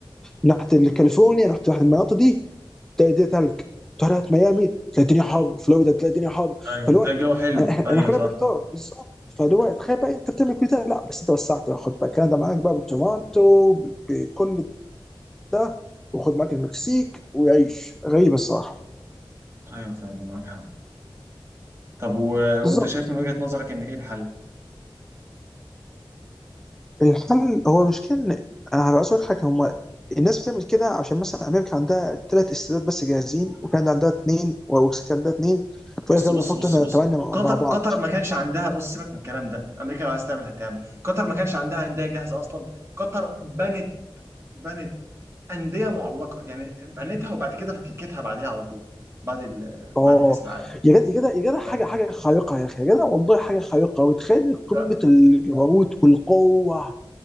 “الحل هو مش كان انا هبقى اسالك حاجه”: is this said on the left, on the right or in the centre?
Centre